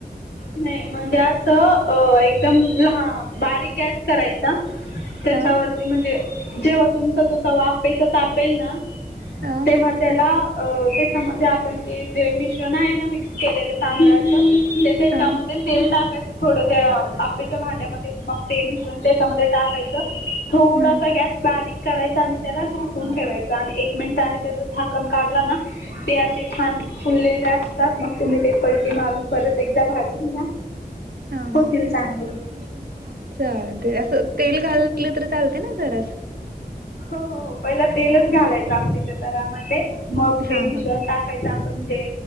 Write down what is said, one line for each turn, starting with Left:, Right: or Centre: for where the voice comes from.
Left: नाही म्हणजे असं अ एकदम ह बारीक गॅस करायचं त्याच्यावरती
Right: हा
Left: म्हणजे जेव्हा तुमचा तो अप्पेच तवा तापेल ना
Right: हा
Left: तेव्हा त्याला अ त्याच्यामध्ये आपण जे मिश्रण आहे ना मिक्स केलेलं तांदळाच ते त्याच्यामध्ये
Right: हा
Left: तेल टाकायचं थोड त्या आपेच्या भांड्यामध्ये मग ते मिसळून त्याच्यामध्ये थोडसा
Right: हम्म
Left: गॅस बारीक करायचा आणि त्याला झाकून ठेवायच आणि एक मिनिटने त्याच झाकण काढलं ना ते असे छान फुललेले असतात मग तुम्ही ते पलटी मारून परत एकदा भाजून घ्या
Right: हा
Left: होतील
Right: हा
Left: चांगले
Right: <unintelligible> चालते असं तेल घाललं तर चालते ना जरा
Left: हो, हो, हो, पहिला तेलच घालायचं अप्पेच तवा मध्ये मग
Right: हा
Left: ते मिश्रण
Right: हा
Left: टाकायचं आपण जे